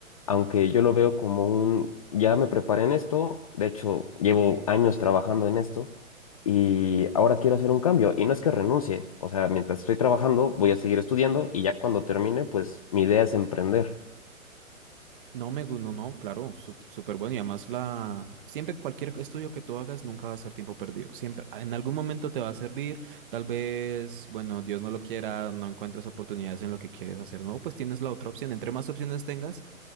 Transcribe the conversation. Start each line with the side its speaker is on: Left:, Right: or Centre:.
Left: aunque yo lo veo como un, ya me preparé en esto, de hecho llevo años trabajando en esto y ahora quiero hacer un cambio y no es que renuncie, o sea, mientras estoy trabajando voy a seguir estudiando y ya cuando termine, pues mi idea es emprender.
Right: No me, gu- no, no, claro, su- súper bueno. Y además la, siempre cualquier estudio que tú hagas nunca va a ser tiempo perdido. Siempre, en algún momento te va a servir. Tal vez, bueno, Dios no lo quiera, no encuentres oportunidades en lo que quieres hacer nuevo, pues tienes la otra opción. Entre más opciones tengas,